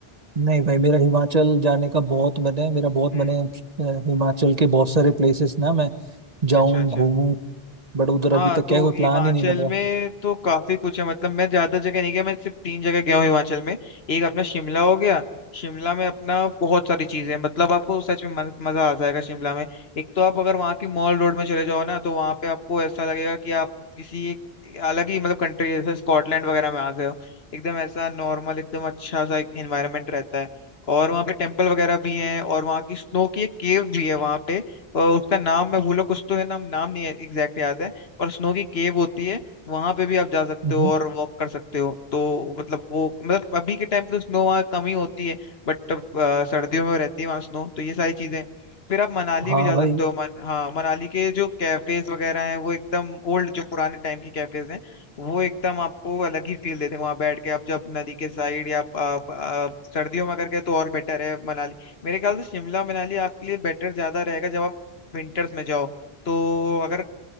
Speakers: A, on the right; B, on the left.
A: नहीं भाई मेरा हिमाचल जाने का बहुत मन है मेरा बहुत
B: हम्म
A: मन है अ, हिमाचल के बहुत सारे प्लेसेस ना मैं जाऊं
B: अच्छा अच्छा
A: घूमूं बट उधर
B: हाँ
A: अभी तक
B: तो
A: क्या है, कोई
B: हिमाचल
A: प्लान ही नहीं बन रहा
B: में तो काफी कुछ है मतलब मैं ज्यादा जगह नहीं गया मैं सिर्फ तीन जगह गया हूँ हिमाचल में एक अपना शिमला हो गया शिमला में अपना बहुत सारी चीजें हैं मतलब आपको सच में मन- मजा आ जाएगा शिमला में एक तो आप अगर वहाँ की मॉल रोड में चले जाओ ना तो वहाँ पे आपको ऐसा लगेगा कि आप किसी एक अलग ही मतलब कंट्री जैसे स्कॉटलैंड वगैरह में आ गए हो एकदम ऐसा नॉर्मल एकदम अच्छा सा एक एनवायरनमेंट रहता है और वहाँ पे टेम्पल वगैरह भी हैं और वहाँ की स्नो की एक केव भी है वहाँ पे अ, उसका नाम मैं भूलो कुछ तो है नाम नाम नहीं है एग्जैक्ट याद है और स्नो की केव होती है वहां पे भी आप जा सकते
A: हम्म
B: हो और वॉक कर सकते हो तो मतलब वो मतलब अभी के टाइम पे तो स्नो वहाँ कम ही होती है बट सर्दियों में रहती है वहाँ स्नो तो ये सारी चीजें फिर आप मनाली
A: हाँ
B: भी जा
A: भाई
B: सकते हो मन, हाँ मनाली के जो कैफेज वगैरह हैं वो एकदम ओल्ड जो पुराने टाइम के कैफेज हैं वो एकदम आपको अलग ही फील देते हैं वहां बैठ के आप जब नदी के साइड या आप, आप, आप सर्दियों में अगर गए तो और बेटर है मनाली मेरे ख्याल से शिमला मनाली आपके लिए बेटर ज्यादा रहेगा जब आप विंटर्स में जाओ तो अगर